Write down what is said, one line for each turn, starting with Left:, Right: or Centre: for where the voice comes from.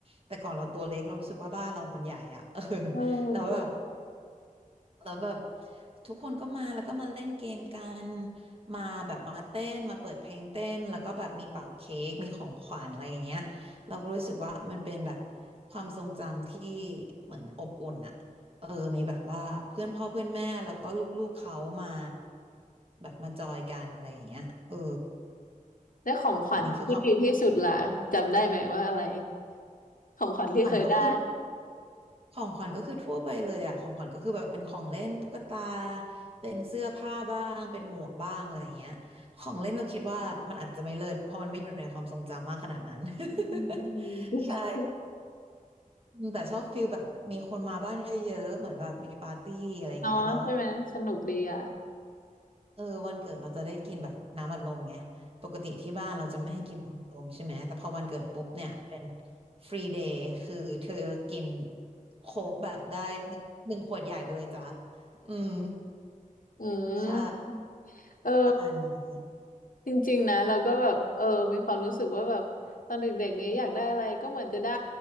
Right: แต่ก่อนเราตัวเล็กเรารู้สึกว่าบ้านเรามันใหญ่อะ <laughs> เออ
Left: เออคือ
Right: แล้วแบบ แล้วแบบทุกคนก็มาแล้วก็มาเล่นเกมกันมาแบบมาเต้นมาเปิดเพลงเต้นแล้วก็แบบมีเป่าเค้กมีของขวัญอะไรอย่างเงี้ยเราก็รู้สึกว่ามันเป็นแบบความทรงจำที่เหมือนอบอุ่นอะเออมีแบบว่าเพื่อนพ่อเพื่อนแม่แล้วก็ลูกๆเขามาแบบมาจอยกันอะไรอย่างเงี้ยเออ
Left: แล้วของขวัญที่ดีที่สุดล่ะจำได้ไหมว่าอะไร
Right: อันนี้คือความ
Left: ของขวัญที่เคยได้
Right: ฝันก็คือ ของขวัญก็คือทั่วไปเลยอ่ะของขวัญก็คือแบบเป็นของเล่นตุ๊กตา เป็นเสื้อผ้าบ้าง เป็นหมวกบ้างอะไรอย่างเงี้ยของเล่นเราคิดว่ามันอาจจะไม่เลิศเพราะมันไม่อยู่ในความทรงจำมากขนาดนั้น
Left: อืมอืมอืม
Right: <laughs> ใช่อืมแต่ชอบฟีลแบบมีคนมาบ้านเยอะๆ เหมือนแบบมีปาร์ตี้อะไรเงี้ยแล้ว
Left: เนาะใช่ไหมสนุกดีอ่ะ
Right: เออวันเกิดเราจะได้กินแบบน้ำอัดลมไงปกติที่บ้านเราจะไม่ให้กินน้ำอัดลมใช่ไหมแต่พอวันเกิดปุ๊บเนี่ยเป็นฟรีเดย์คือเธอกินโค้กแบบได้หนึ่งขวดใหญ่ไปเลยจ้ะอืม
Left: อืม
Right: ใช่
Left: เออ
Right: ประมาณนี้
Left: จริงๆนะเราก็แบบเออมีความรู้สึกว่าแบบตอนเด็กๆนี้อยากได้อะไรก็เหมือนจะได้